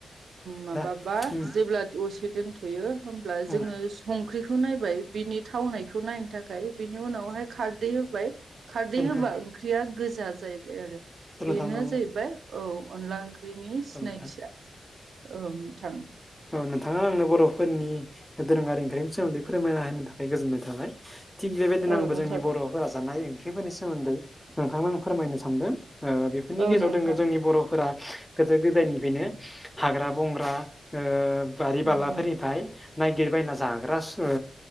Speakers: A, on the right (about 75°); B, in the centre.
A: माबाबा
B: दा उम
A: जेब्ला दसे दोनथ'यो होमब्ला
B: औ
A: जोङो संख्रिखौ नायबाय बिनि थावनायखौ नायनो थाखाय बिनि उनावहाय खारदै होबाय खारदै
B: नोंथां
A: होबा ओंख्रिया गोजा जाहैबाय आरो।
B: औ
A: बेनो
B: नोंथां औ
A: जाहैबाय औ अनला ओंख्रिनि सिनायथिया
B: औ नोंथां
A: औ नोंथां।
B: औ नोंथाङा आङो बर'फोरनि दोरोङारि ओंख्रिनि सोमोन्दै फोरमायना होनायनि थाखाय गोजोननाय थाबाय। थिग बेबायदिनो
A: औ
B: आंबो
A: नोंथां
B: जोंनि बर'फोरा जानाय ओंख्रिफोरनि सोमोन्दै नोंथांनो आं फोरमायनो सानदों। ओ बेफोरनि
A: औ
B: गेजेराव
A: नोंथां
B: दोङो जोंनि बर'फोरा गोदो गोदायनिफ्रायनो हाग्रा बंग्रा ओ बारि बालाफोरनिफ्राय
A: उम
B: नायगिरबायना जाग्रा ओ